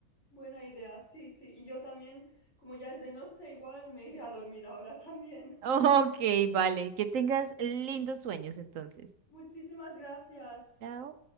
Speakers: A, on the left; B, on the right.
A: Buena idea, sí, sí. Y yo también, como ya es de noche, igual me iré a dormir ahora también.
B: <laughs> Ok, vale. Que tengas lindos sueños entonces.
A: <laughs> Muchísimas gracias.
B: Chao.